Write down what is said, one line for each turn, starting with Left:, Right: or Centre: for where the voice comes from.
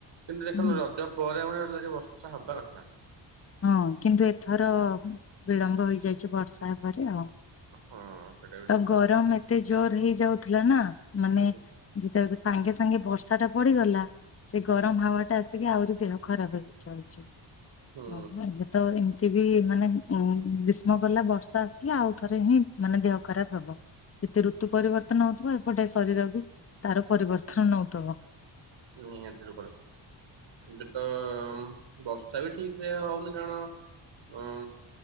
Right: କିନ୍ତୁ ଦେଖନ୍ତୁ
Left: ହୁଁ,
Right: ରଜ ପରେ <unintelligible> ବର୍ଷା ହବା କଥା।
Left: ହଁ କିନ୍ତୁ ଏଥର ବିଳମ୍ବ ହେଇଯାଇଛି ବର୍ଷା ହେବରେ ଆଉ।
Right: ହଁ। ସେଇଟା ବି
Left: ତ
Right: ଠିକ
Left: ଗରମ
Right: କହିଲେ
Left: ଏତେ ଜୋର ହେଇଯାଉଥିଲା ନା ମାନେ
Right: ଆଜ୍ଞା
Left: ଯେତେବେଳେ ସାଙ୍ଗେ ସାଙ୍ଗେ ବର୍ଷା ବର୍ଷା ଟା ପଡିଗଲା ସେ ଗରମ
Right: ଆଜ୍ଞା
Left: ହାୱ ଟା ଆସିକି ଆହୁରି ଦେହ ଖରାପ ହେଇ ଯାଉଛି।
Right: ହୁଁ
Left: ତମେ ଏବେ ତ ଏ ସେ ବି ମାନେ ଉ ଗ୍ରୀଷ୍ମ ଗଲା ବର୍ଷା ଆସିଲା ଆଉ ଥରେ ହିଁ ମାନେ ଦେହ ଖରାପ ହବ। ଏତେ ଋତୁ ପରିବର୍ତ୍ତନ ହଉଥିବ ଏପଟେ ଶରୀର ବି ତାର ପରିବର୍ତ୍ତନ ନଉଥିବ।
Right: ନିହାତି ରୂପରେ। ଏବେ ତ ବର୍ଷା ବି ଠିକ ରେ ହଉନି କାରଣ